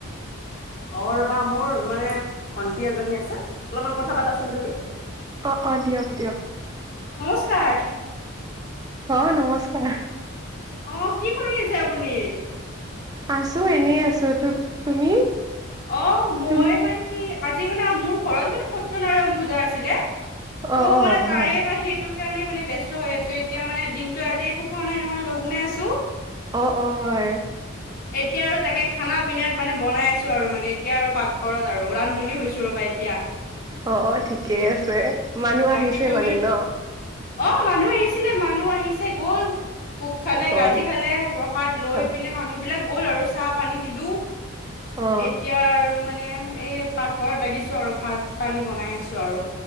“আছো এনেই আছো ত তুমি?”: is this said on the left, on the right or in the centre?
Right